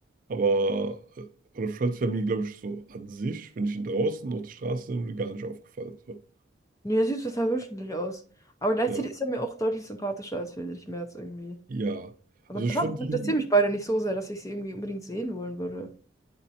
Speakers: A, on the right (about 45°); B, on the left (about 15°).
A: Aber äh, Olaf Scholz wäre mir, glaube ich, so an sich, wenn ich ihn draußen auf der Straße sehen würde, gar nicht aufgefallen. So.
B: Nee, er sieht total durchschnittlich aus. Aber gleichzeitig
A: Ja,
B: ist er mir auch deutlich sympathischer als Friedrich Merz irgendwie.
A: ja.
B: Aber
A: Also ich
B: trotzdem
A: finde
B: interessieren
A: ihn.
B: mich beide nicht so sehr, dass ich sie irgendwie unbedingt sehen wollen würde.